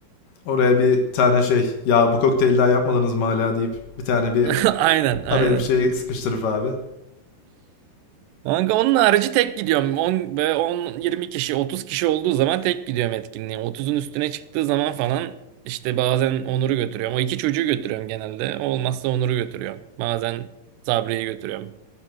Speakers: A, on the left; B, on the right.
A: oraya bir tane şey ya bu kokteylden yapmadınız mı hala deyip bir tane bir
B: <laughs> Aynen aynen.
A: araya bir şey sıkıştırıp abi.
B: Kanka onun harici tek gidiyorum. 10 ve 10 20 kişi 30 kişi olduğu zaman tek gidiyorum etkinliğe. 30'un üstüne çıktığı zaman falan işte bazen Onur'u götürüyorum. O iki çocuğu götürüyorum genelde. Olmazsa Onur'u götürüyorum. Bazen Sabri'yi götürüyorum.